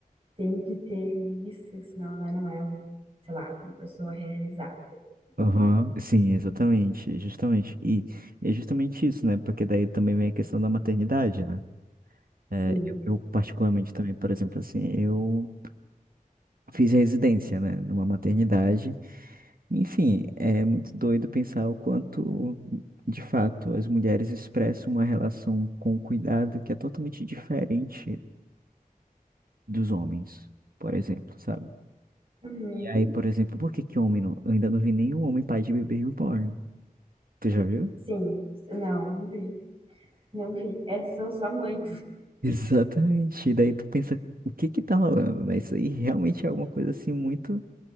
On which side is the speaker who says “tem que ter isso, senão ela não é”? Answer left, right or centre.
Right